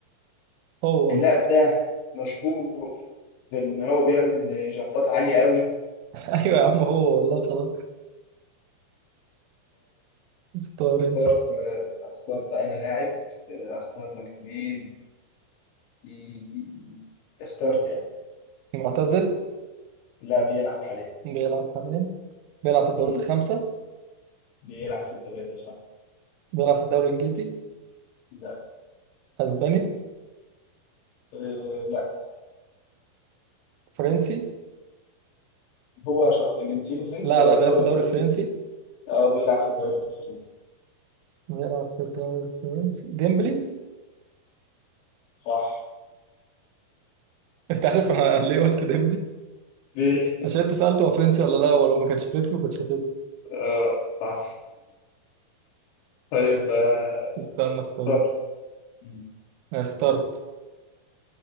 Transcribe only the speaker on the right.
هو
هو
<laughs> أيوه يا عم هو والله خلاص اختار
أنت
معتزل
بيلعب حاليا بيلعب في الدوريات
الخمسة
بيلعب في الدوري الإنجليزي
أسباني
فرنسي
لا
لا
بيلعب في الدوري
الفرنسي
بيلعب في الدوري الفرنسي ديمبلي
<laughs> أنت عارف أنا ليه قلت ديمبلي
عشان أنت سألته هو فرنسي ولا لا ولو ما كانش فرنسي ما كنتش هتنسى
استنى اختار
اخترت